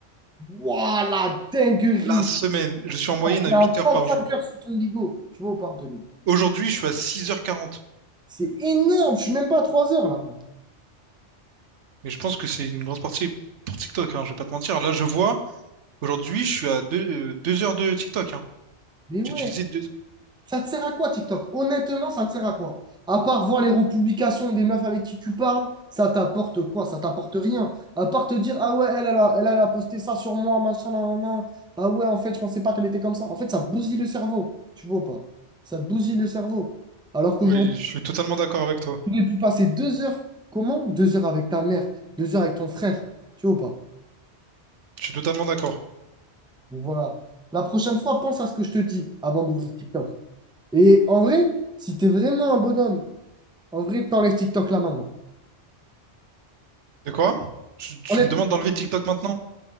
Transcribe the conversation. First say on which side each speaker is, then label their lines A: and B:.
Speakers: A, in the centre; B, on the right.
A: Waouh, la dinguerie!
B: La semaine, je suis en moyenne
A: T'as fait
B: à 8
A: un cinq
B: heures par jour.
A: heures sur ton bigot. Tu vois ou pas, Anthony?
B: Aujourd'hui, je suis à six heures quarante.
A: C'est énorme, je suis même pas à 3 heures là, moi.
B: Mais je pense que c'est une grosse partie pour TikTok, hein, je vais pas te mentir. Là, je vois, aujourd'hui, je suis à deux euh, deux heures de TikTok. hein.
A: Mais ouais.
B: J'ai utilisé deux...
A: Ça te sert à quoi, TikTok? Honnêtement, ça te sert à quoi? À part voir les republications des meufs avec qui tu parles, ça t'apporte quoi? Ça t'apporte rien. À part te dire, ah ouais, elle, elle a, elle, elle a posté ça sur moi, machin, nan, nan, nan. Ah ouais, en fait, je pensais pas qu'elle était comme ça. En fait, ça te bousille le cerveau. Tu vois ou pas? Ça te bousille le cerveau. Alors qu'aujourd'hui,
B: Oui, je suis totalement d'accord avec toi.
A: tu aurais pu passer deux heures. Comment? Deux heures avec ta mère, deux heures avec ton frère. Tu vois ou pas?
B: Je suis totalement d'accord.
A: Donc voilà. La prochaine fois, pense à ce que je te dis avant d'ouvrir TikTok. Et en vrai, si tu es vraiment un bonhomme En vrai, t'enlèves TikTok là maintenant.
B: De quoi? Tu, tu
A: Enlève-
B: me demandes d'enlever TikTok maintenant?